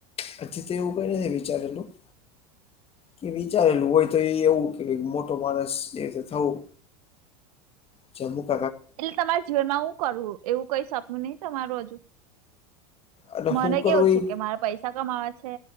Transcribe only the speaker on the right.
એટલે તમારા જીવનમાં હું કરવું એવું કઈ સપનું નહિ તમારું હજુ.
મને
કેવું છે
કે મારે પૈસા કમા છે.